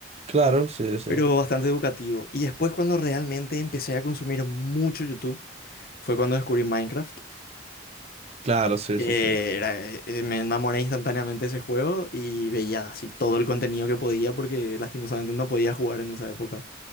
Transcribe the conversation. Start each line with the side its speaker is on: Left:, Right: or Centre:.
Right: claro, sí, sí.
Left: pero bastante educativo. Y después cuando realmente empecé a consumir mucho YouTube, fue cuando descubrí Minecraft,
Right: Claro, sí,
Left: que
Right: sí, sí.
Left: era- eh, eh, me enamoré instantáneamente de ese juego y veía así todo el contenido que podía porque lastimosamente no podía jugar en esa época.